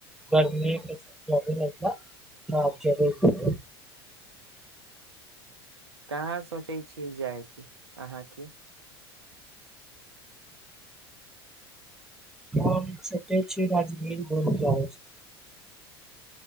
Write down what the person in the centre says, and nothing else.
गर्मी - जाय छिय देखय लेल
हम सोचये छीय राजगीरी घुमकें आबै छिय